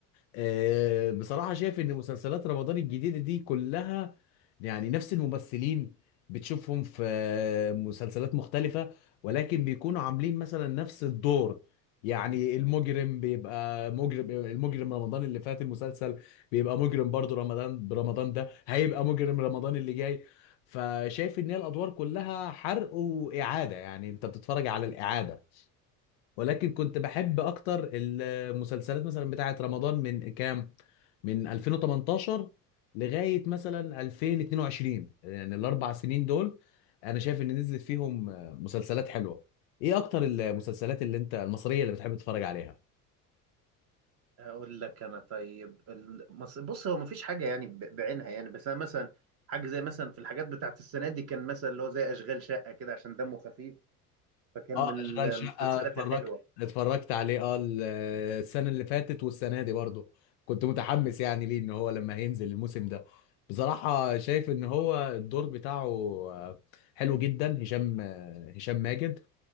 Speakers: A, on the left (about 50°); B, on the right (about 30°).
A: آه، بصراحة شايف إن مسلسلات رمضان الجديدة دي كلها يعني نفس الممثلين بتشوفهم في آه، مسلسلات مختلفة ولكن بيكونوا عاملين مثلا نفس الدور يعني المجرم بيبقى مجرم المجرم رمضان اللي فات المسلسل بيبقى مجرم برضه رمضان برمضان ده هيبقى مجرم رمضان اللي جاي فشايف إن هي الأدوار كلها حرق وإعادة يعني أنت بتتفرج على الإعادة ولكن كنت بحب اكتر المسلسلات مثلا بتاعه رمضان من كام من 2018 لغايه مثلا 2022 يعني الاربع سنين دول انا شايف ان نزلت فيهم مسلسلات حلوه ايه اكتر المسلسلات اللي انت المصريه اللي بتحب تتفرج عليها
B: اقول لك انا طيب المص... بص هو مفيش حاجه يعني ب- بعينها يعني بس انا مثلا حاجه زي مثلا في الحاجات بتاعت السنه دي كان مثلا اللي هو زي اشغال شقه كده عشان دمه خفيف فكان
A: اه
B: من ال-
A: اشغال
B: المسلسلات
A: شقه اتفرجت
B: الحلوه
A: اتفرجت عليه اه ال- السنه اللي فاتت والسنه دي برضه كنت متحمس يعني ليه ان هو لما هينزل الموسم ده بصراحه شايف ان هو الدور بتاعه آه، حلو جدا هشام آه، هشام ماجد